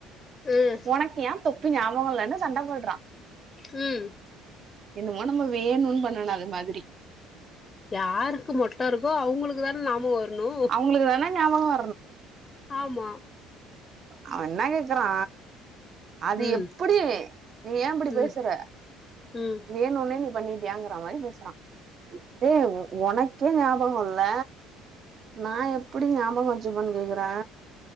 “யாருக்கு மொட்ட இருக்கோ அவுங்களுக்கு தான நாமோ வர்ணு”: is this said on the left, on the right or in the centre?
Left